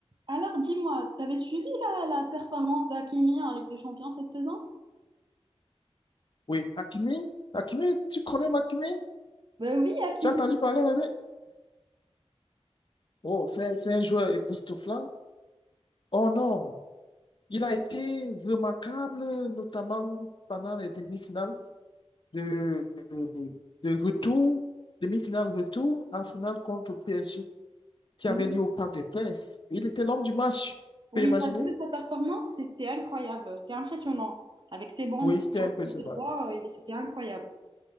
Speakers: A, on the right; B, on the left.
A: Alors dis-moi, t'avais suivi la, la performance d'Hakimi en Ligue des Champions cette saison?
B: Oui, Hakimi, Hakimi, tu connais Hakimi?
A: Ben oui, Hakimi.
B: Tu as entendu parler de lui? Oh, c'est c'est un joueur époustouflant. Oh non, il a été remarquable, notamment pendant les demi-finales de, de retour, demi-finale retour, Arsenal contre PSG, qui
A: Oui,
B: avait lieu au Parc des Princes. Il était l'homme du match, tu
A: Oui,
B: peux imaginer?
A: t'as vu sa performance? C'était incroyable, c'était impressionnant. Avec ses bons
B: Oui, c'était
A: sur
B: impressionnant.
A: le côté droit, euh, il- c'était incroyable.